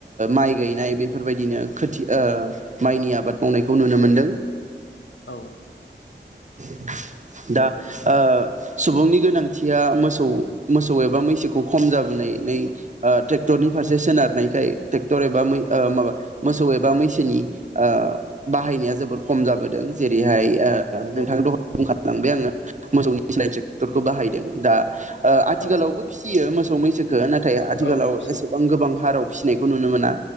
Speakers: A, on the right; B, on the left.
A: माइ गायनाय बेफोरबायदिनो खोथि ओ माइनि आबाद मावनायखौ नुनो मोनदों।
B: औ।
A: <inaudible> दा ओ सुबुंनि गोनांथिया मोसौ मोसौ एबा मैसोखौ खम जाबोनाय नै ओ टेक्टरनि फारसे सोनारनायखाय टेक्टर एबा मै ओ माबा मोसौ एबा मैसोनि ओ बाहायनाया जोबोर खम जाबोदों जेरैहाय ओ नोंथां
B: औ
A: दहय बुखालांबाय आङो। मोसौनि सोलाय ट्रेक्टरखौ बाहायदों दा ओ आथिखालावबो
B: औ
A: फिसियो मोसौ मैसो खौ नाथाय आथिखालाव
B: औ फिसियो
A: एसेबां गोबां हाराव फिसिनायखौ नुनो मोना।